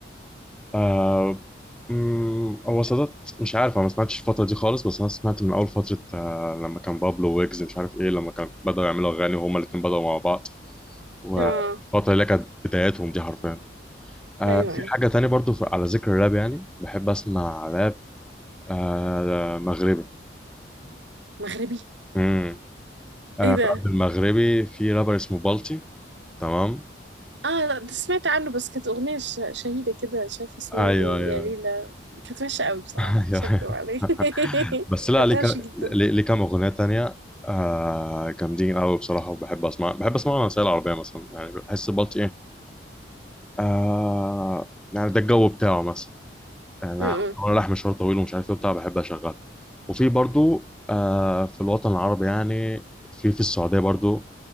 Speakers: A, in the centre; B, on the right.
A: آه، أمم، هو سادات مش عارف انا ما سمعتش الفتره دي خالص بس انا سمعت من اول فتره آه، لما كان بابلو ويجز مش عارف ايه لما كان بداوا يعملوا اغاني وهما الاثنين بداوا مع بعض والفتره
B: آه
A: اللي كانت بداياتهم دي حرفيا آه،
B: أيوه
A: في
B: أيوه
A: حاجه تانية برضو في- على ذكر الراب يعني بحب اسمع راب آه ده مغربي
B: مغربي
A: امم آه
B: إيه ده
A: راب المغربي في رابر اسمه بالتي تمام
B: اه لا ده سمعت عنه بس كانت أغنية ش- شهيدة كده مش عارفة اسمها
A: ايوه
B: ايه
A: ايوه
B: يا ليلى كانت وحشة قوي بصراحة
A: <laughs> ايوه
B: مش هكدب عليك <laughs>
A: بس لا
B: كانت
A: ليه
B: وحشة
A: ك-
B: جدا
A: ليه ليه كام اغنيه تانية آه جامدين قوي بصراحه وبحب اسمع بحب اسمع الروسيه العربيه مثلا يعني بحس بالتي ايه آه يعني ده الجو بتاعه مثلا يعني انا
B: م- م-
A: وانا رايح مشوار طويل ومش عارف ايه بتاع بحب اشغل وفي برضو آه في الوطن العربي يعني في في السعوديه برضو